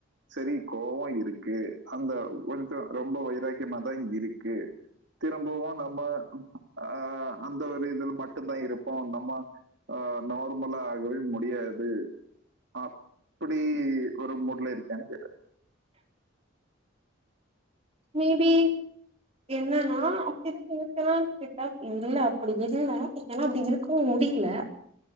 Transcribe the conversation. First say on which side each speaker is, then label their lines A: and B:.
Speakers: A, on the right (about 60°); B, on the right (about 30°).
A: செரி கோவோ இருக்கு அந்த ஒன் சொல் ரொம்ப வைராக்கியமதா இருக்கு திரும்பவு நம்ம ஆ அந்த ஒரு இதில் மட்டு தா இருப்போ நம்ம ஆ நார் மலா ஆகவே முடியாது அப்டி ஒரு மூட்ல இருக்கியானு கேட்டே
B: மேபி என்னன்னா அப்டிதா இருக்கனா கேட்டா இல்ல அப்டி இல்ல ஏனா அப்டி இருக் குவு முடில